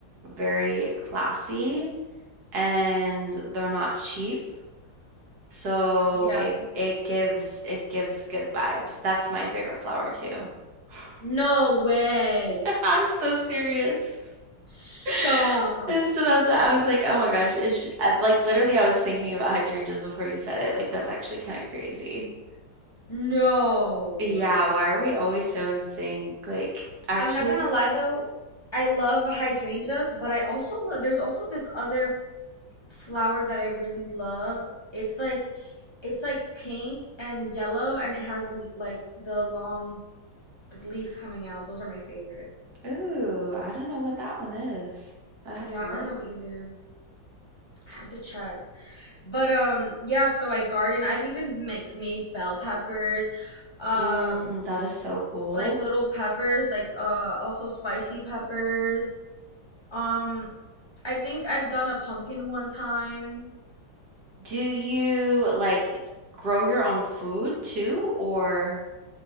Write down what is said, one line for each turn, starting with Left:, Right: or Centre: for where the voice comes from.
Right: very classy and they're not cheap, so
Left: Yeah.
Right: it it gives it gives good vibes. That's my favorite flower too. <laughs>
Left: No way.
Right: Yeah, it's so serious.
Left: Stop.
Right: <laughs> And so that's I was like, oh my gosh, is she, I- like literally I was thinking about hydrangeas before you said it. Like that's actually kind of crazy.
Left: No.
Right: Yeah, why are we always so in sync? Like actually.
Left: I'm not gonna lie though, I love hydrangeas, but I also love there's also this other flower that I really love. It's like it's like pink and yellow and it has le like the long like leaves coming out. Those are my favorite.
Right: Ooh, I don't know what that one is. I'd have
Left: Yeah,
Right: to look.
Left: I don't know either. I have to check. But um yeah, so I garden. I've even make, made bell peppers. Um
Right: Mm, that is so cool.
Left: like little peppers, like uh also spicy peppers. Um I think I've done a pumpkin one time.
Right: Do you like grow your own food too, or?